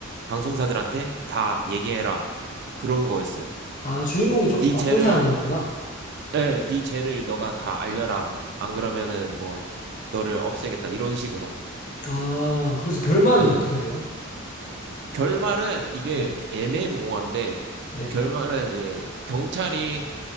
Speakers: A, on the right; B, on the left.
A: 방송사들한테 다 얘기해라 그런 거였어요.
B: 아, 주인공이 조금
A: 네
B: 나쁜
A: 죄를
B: 사람이었구나.
A: 예, 네 죄를 너가 다 알려라. 안 그러면은 뭐 너를 없애겠다 이런 식으로.
B: 아, 그래서 결말은
A: 예.
B: 어떻게 돼요?
A: 결말은 이게
B: 네.
A: 애매모호한데
B: 네.
A: 결말은 이제 경찰이